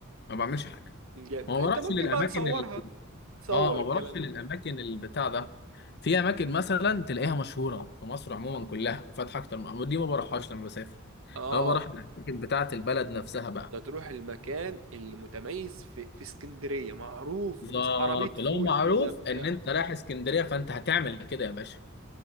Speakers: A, on the left (about 55°); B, on the right (about 75°).
A: ما بعملش حاجه
B: جامد
A: ما
B: انت
A: بروحش
B: ممكن
A: للاماكن
B: بقى تصورها تصور
A: اه ما
B: الكلام
A: بروحش للاماكن
B: ده
A: البتاع ده في اماكن مثلا تلاقيها مشهوره في مصر عموما كلها وفاتحه اكتر من أماكن، دي ما بروحهاش لما بسافر
B: اه
A: لو بروح الاماكن بتاعه البلد نفسها بقى
B: انت هتروح المكان اللي متميز في في اسكندريه معروف
A: بالظبط
B: بس عربيه
A: لو
B: فول
A: معروف
B: كده بتاع
A: ان انت رايح اسكندريه فانت هتعمل كده يا باشا